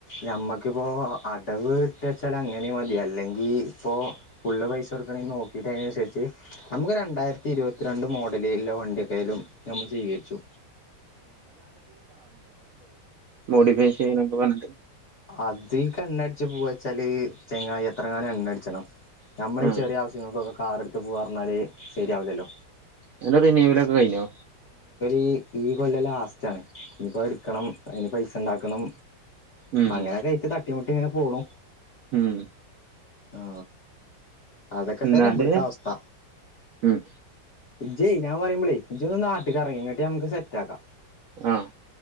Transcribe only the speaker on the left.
ഞമ്മക്കിപ്പോ അടവ് ച്ചാൽ അങ്ങനെമതി അല്ലെങ്കി ഇപ്പൊ ഫുള്ള് പൈസ കൊടുക്കണെ നോക്കീട്ടയ്നനുസരിച്ച് നമുക്ക് രണ്ടായിരത്തി ഇരുപത്തിരണ്ട് മോഡല് ഇള്ള വണ്ടിയക്കായലും നമ്മള് സ്വീകരിച്ചു
അത് കണ്ണടിച്ചു പോവെച്ചാല് ചങ്ങായ് എത്രങ്ങാനം എണ്ണടിച്ചണം നമ്മളി
ചെറിയാവശ്യങ്ങൾക്കൊക്കെ കാറെടുത്ത് പോവാറഞ്ഞാല് ശരിയാവില്ലല്ലോ
ഇ ഈ കൊല്ലം ലാസ്റ്റാണ് ഇനിപ്പൊ എടുക്കണം അയ്ന് പൈസിണ്ടാക്കണം
അങ്ങനെ കഴിച്ച് തട്ടിമുട്ടി ഇങ്ങനെ പോണു
ആ അതൊക്കെ
തന്നെ വിടുത്ത അവസ്ഥ
ഇജയ് ഞാൻ പറയുമ്പളെ ഇജോന്ന് നാട്ട് കറങ്ങ് എന്നിട്ട് നമുക്ക് സെറ്റ് ആക്കാം